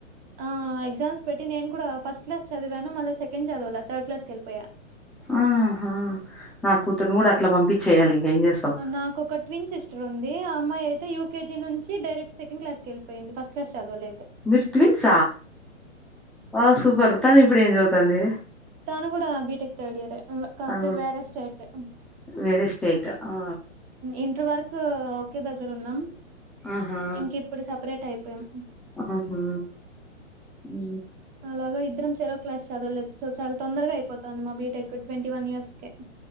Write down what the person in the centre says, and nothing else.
ఆహా నా కూతుర్ని కూడ అట్లా పంపించేయాలి ఇంగేం చేస్తవ్
మిరు ట్విన్స ఓ సూపర్ తను ఇప్పుడు ఏం చదువుతాంది
తను కూడా
వేరే స్టేట్ ఆ
ఆహా
ఆహా ఉ